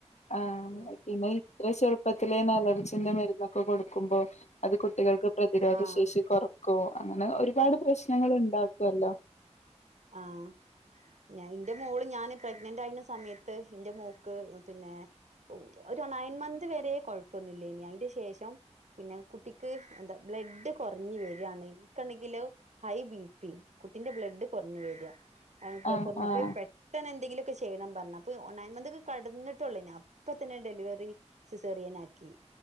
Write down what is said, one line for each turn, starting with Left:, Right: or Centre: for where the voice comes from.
Left: ആഹ
Right: ഉം
Left: മെ പിന്നെ. ഇത്ര ചെറുപ്പത്തിലെന്നെ അലർജിന്റെ മരുന്നൊക്കെ കൊടുക്കുമ്പോൾ അത് കുട്ടികൾക്ക് പ്രതിരോധശേഷി
Right: ആഹ്
Left: കുറ ക്കും അങ്ങനെ ഒരുപാട് പ്രശ്നങ്ങൾ ഉണ്ടാക്കല്ലേ.
Right: ആഹ. ഞന് എന്റെ മോള് ഞാന് പ്രഗ്നന്റ് ആയിന്ന സമയത്ത് എന്റെ മോക്ക് പിന്നെ ഓ ഒരു നയൻ മന്ത് വരെ കൊഴപ്പൊന്നുല്ലിയെനി അയിന്റെ ശേഷം പിന്നെ കുട്ടിക്ക് എന്താ ബ്ലഡ് കുറഞ്ഞു വെരാണ് ഇനിക്കാണെങ്കിലോ ഹൈ ബി പി കുട്ടിന്റെ ബ്ലഡ് കൊറഞ്ഞു വര്യാ ഏഹ്
Left: ആഹ്
Right: കുറഞ്ഞപ്പ
Left: ആഹ്
Right: പെട്ട ട്ടെന്ന് എന്തെങ്കിലുമൊക്കെ ചെയ്യണം പറഞ്ഞ് അപ്പൊ നയൻ മന്ത്ക്ക്‌ കടന്നിട്ടു ഉള്ളേര്ന്നു അപ്പത്തന്നെ ഡെലിവറി സിസേറിയനാക്കി.